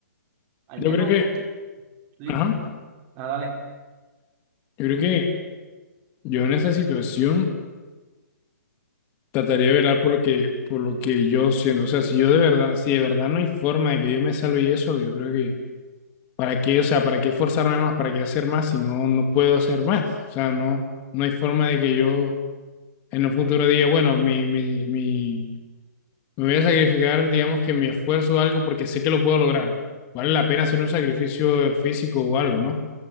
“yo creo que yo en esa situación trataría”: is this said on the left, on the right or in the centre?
Left